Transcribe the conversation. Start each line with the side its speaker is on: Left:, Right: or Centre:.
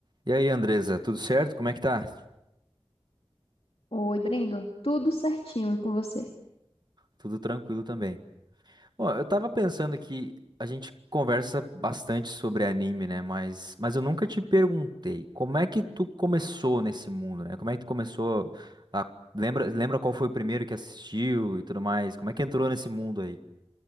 Right: E aí, Andresa, tudo certo? Como é que tá?
Left: Oi, Brendo. Tudo certinho e com você?
Right: Tudo tranquilo também. Bom, eu tava pensando que a gente conversa bastante sobre anime, né? Mas, mas eu nunca te perguntei como é que tu começou nesse mundo, né? Como é que tu começou a... Lembra, lembra qual foi o primeiro que assistiu e tudo mais? Como é que entrou nesse mundo aí?